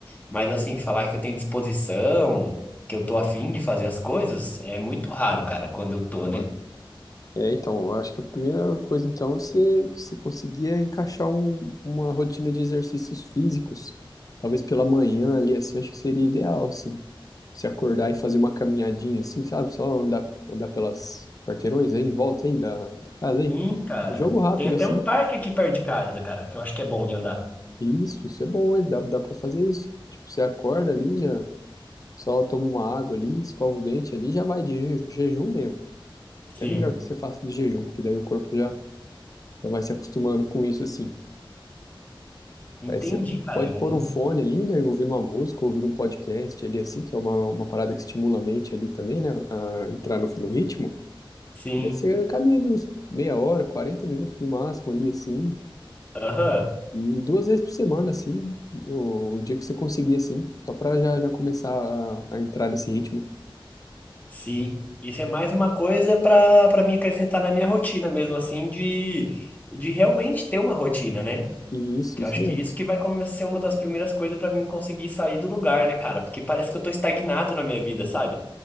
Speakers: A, on the left (about 20°); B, on the left (about 40°).
A: Mas assim,
B: Hum,
A: falar que eu tenho disposição, que eu tô afim de fazer as coisas, é muito raro, cara, quando eu tô,
B: Olha,
A: né?
B: é, então, eu acho que a primeira coisa, então, é você, você conseguia encaixar um- uma rotina de exercícios físicos, talvez pela manhã ali, assim, eu acho que seria ideal, assim, se acordar e fazer uma caminhadinha, assim, sabe, só andar, andar pelas quarteirões aí, em volta aí da, da casa aí,
A: Sim, cara.
B: Um jogo rápido,
A: Tem até
B: assim,
A: um parque aqui perto de casa, cara, que eu acho que é bom de andar.
B: isso, isso é bom, hein? dá, dá pra fazer isso, tipo, você acorda ali, já só toma uma água ali, escova o dente ali, já vai de jeju- jejum mesmo, até
A: Sim,
B: melhor que você faça de jejum, porque daí o corpo já já vai se acostumando com isso assim.
A: entendi,
B: Aí você
A: cara.
B: pode
A: É
B: pôr
A: um.
B: um fone ali, né, e ouvir uma música, ouvir um podcast ali assim, que é uma, uma parada que estimula a mente ali também, né, a entrar no, no ritmo.
A: Sim,
B: Aí você caminha ali uns meia hora, 40 minutos no máximo ali assim,
A: aham,
B: e duas vezes por semana assim, o, o dia que você conseguir assim, só pra já, já começar a, a entrar nesse ritmo.
A: sim. Isso é mais uma coisa pra para me acrescentar na minha rotina mesmo, assim, de, de realmente ter uma rotina, né?
B: E isso,
A: Que
B: isso
A: eu acho
B: mesmo.
A: que isso que vai começar a ser uma das primeiras coisas pra mim conseguir sair do lugar, né, cara? Porque parece que eu tô estagnado na minha vida, sabe?